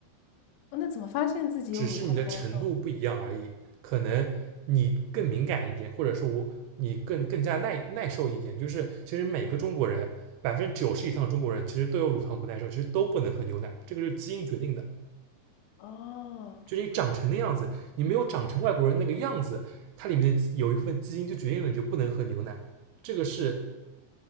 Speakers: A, on the left (about 80°); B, on the right (about 80°).
A: 哦，那怎么发现自己有乳糖不耐受呢？
B: 只是你的程度不一样而已。可能你更敏感一点，或者说我你更更加耐耐受一点。就是其实每个中国人百分之九十以上的中国人其实都有乳糖不耐受，其实都不能喝牛奶，这个就是基因决定的。
A: 哦，
B: 就你长成的样子，你没有长成外国人那个样子，它里面的有一部分基因就决定了你就不能喝牛奶。这个是，